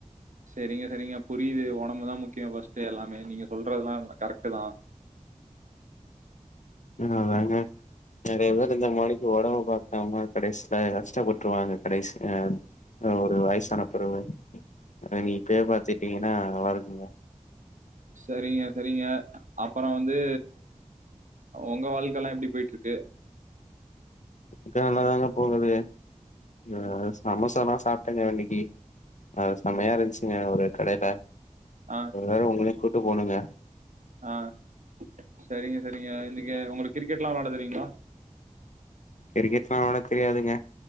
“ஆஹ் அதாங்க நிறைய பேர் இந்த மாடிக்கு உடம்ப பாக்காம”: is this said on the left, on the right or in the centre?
Left